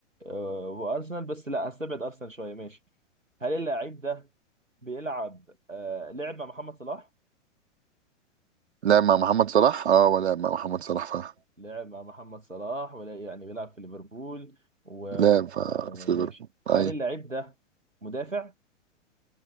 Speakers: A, on the right (about 85°); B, on the right (about 60°).
A: آه، وارسنال بس لا هستبعد ارسنال شوية ماشي هل اللاعب ده بيلعب آه، لعب مع محمد صلاح؟
B: لعب مع محمد صلاح اه ولا مع محمد صلاح فعلا
A: لعب مع محمد صلاح ولا يعني بيلعب في ليفربول وماشي
B: لعب آه، في ليفربول
A: هل
B: اي
A: اللعيب ده مدافع؟